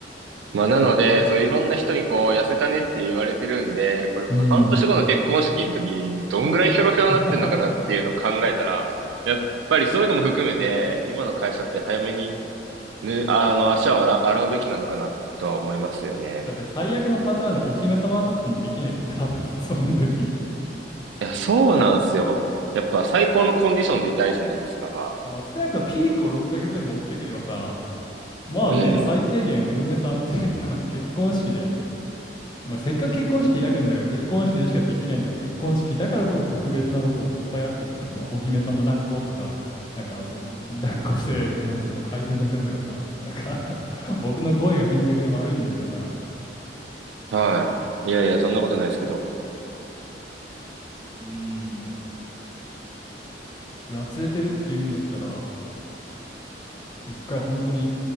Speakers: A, on the right; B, on the left.
A: まあ、なので、そう、いろんな人にこう、痩せたねって言われてるんで、これ僕、
B: うん。
A: 半年後の結婚式の時、どんぐらいヒョロヒョロになってんのかなっていうのを考えたら、
B: <laughs>
A: やっぱりそういうのも含めて、今の会社って早めに、ぬ、あの、足を洗う、洗うべきなのかなとは思いますよね。
B: だって最悪のパターンでお姫様とかもできないよ、多分 <laughs> その時。
A: いや、そうなんですよ。やっぱ最高のコンディションでいたいじゃないですか。
B: まあ少なくともピークを6ヶ月後に持っていくにはさ、まあね、
A: うん。
B: 最低限お嫁さんというか <laughs> 結婚式でまあ、せっかく結婚式開くんだから結婚式でしかできないとか結婚式だからこそ特別なことをいっぱいあるとしたらさ、まあ、お姫様抱っことかなんかそう抱っこしてなんつうの回転させるとかさ <laughs> なんか <laughs> 僕の語彙が貧弱で悪いんだけどさ
A: はい。いやいや、そんなことないですけど。
B: うーんやつれてるって言うんだったら一回本当に